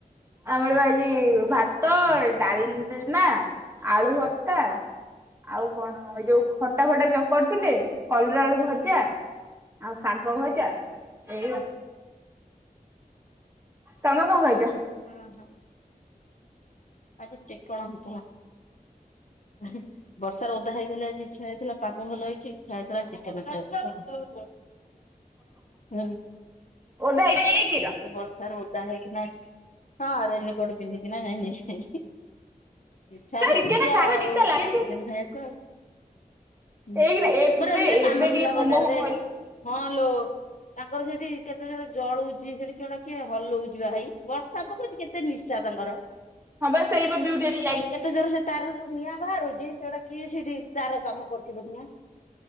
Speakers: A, on the right; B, on the left.
A: ଆମର ବା ଆଜି ଭାତ ଡାଲମା ଆଳୁ ଭତ୍ତା। ଆଉ କଣ ଏ ଯୋଉ ଖଟା ଫଟା ଚକଟି ଥିଲେ କଲରା ଆଳୁ ଭଜା। ଆଉ ଶାଗ ଭଜା ଏଇଆ ତମେ କଣ <unintelligible>
B: ଓହୋ। ଆଜି ଚିକଣ <unintelligible> ହେଁ। ବର୍ଷାର ଓଦା ହେଇଗଲେ ଆଜି ଇଛା ହେଇଥିଲା। ପାଗ ଭଲ ହେଇଚି ଇଚ୍ଛା ହେଇଥିଲା ଚିକେନ ଖାଇବାକୁ। ହୁଁ
A: ଓଦା ହେଇକି ଯାଇକିଲ
B: <unintelligible> ବର୍ଷରେ ଓଦା ହେଇକିନା ହଁ ରେନି କୋଟ ପିନ୍ଧିକି ନା ନି <unintelligible> ହେ ଇଛା ହେଇଚି
A: ଚିକେନ ଖାଇବା
B: ଆଉ।
A: ନିଶା
B: ଚିକେନ
A: ଲାଗିଛି
B: ଖାଇବାକୁ ଆଉ, ହୁଁ
A: ଏଇକିନା ଏବେ
B: ମୋର ଏମିତିରେ
A: ଏବେ
B: କାମ
A: ଟିକେ
B: ଥିଲା
A: ମୋମୋ
B: ବଜାରରେ।
A: ଫୋମୋ ହେଲୁ
B: ହଁ ଲୋ ତାଙ୍କର ସେଠି କେତେ ଜୋରେ ଜଳୁଚି ସେଠି କେଡେ କିଏ ହଲଉଚି ବା ହେଇ ବର୍ଷା ପକଉଚି କେତେ ନିଶା। ତାଙ୍କର।
A: ହଁ ବା ସେଇପା ବିଉଟି <unintelligible>
B: କେତେ ଜୋର୍ ସେ ତାରରୁ ନିଆଁ ବାହାରୁଚି ସେଇଡା କିଏ ସେଇଠି ତାର କାମ କରୁଚି ଦେଖୁନା।